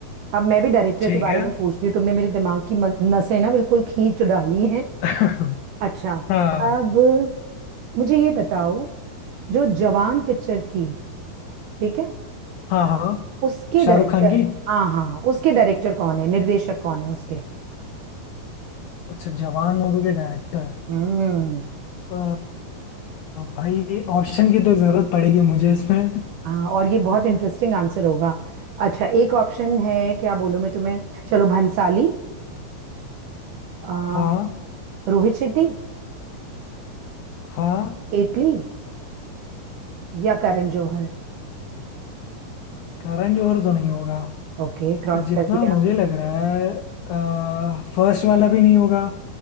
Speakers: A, on the right; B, on the left.
A: अब मैं भी डायरेक्टर
B: ठीक
A: के बारे
B: है
A: में पूछती हूँ तुमने मेरे दिमाग की मस- नसें ना बिल्कुल खींच डाली हैं
B: <laughs>
A: अच्छा
B: हाँ
A: अब मुझे ये बताओ जो जवान पिक्चर थी ठीक है
B: हाँ हाँ
A: उसके
B: शाहरुख
A: डायरेक्टर
B: खान की
A: हाँ हाँ उसके डायरेक्टर कौन है निर्देशक कौन है उसके
B: अच्छा जवान मूवी के डायरेक्टर
A: हम्म
B: अ, भाई ऑप्शन की तो जरूरत पड़ेगी मुझे इसमें
A: हाँ और ये बहुत इंटरेस्टिंग आंसर होगा अच्छा एक ऑप्शन है क्या बोलूं मैं तुम्हें चलो भंसाली आ,
B: हाँ
A: रोहित शेट्टी
B: हाँ
A: एटली या करण जौहर
B: करण जौहर तो नहीं होगा
A: ओके क्रॉस
B: जितना
A: कर दिया
B: मुझे लग रहा है आ, फर्स्ट वाला भी नहीं होगा